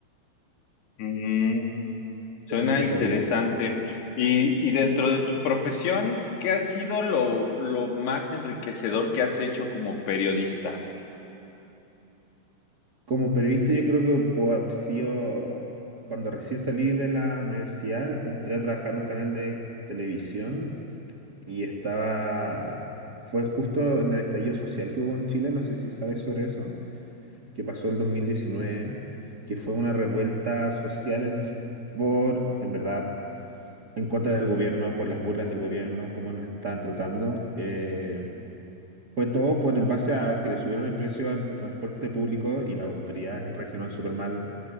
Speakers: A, on the left (about 75°); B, on the right (about 40°).
A: Mm, suena
B: pero no empieza
A: interesante.
B: a abrir.
A: Y, y dentro de tu profesión, ¿qué ha sido lo, lo más enriquecedor que has hecho como periodista?
B: Como periodista yo creo que puedo haber sido, cuando recién salí de la universidad, entré a trabajar en un canal de televisión y estaba, fue justo en el estallido social que hubo en Chile, no sé si sabes sobre eso, que pasó el 2019, que fue una revuelta social en, por, en verdad, en contra del gobierno, por las burlas del gobierno, cómo nos estaban tratando. eh, fue todo por en base a que le subieron el precio al transporte público y las autoridades reaccionaron súper mal